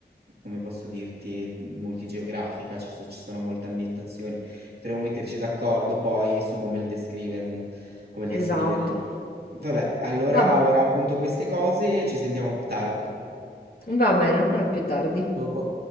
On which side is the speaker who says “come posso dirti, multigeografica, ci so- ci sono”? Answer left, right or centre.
Right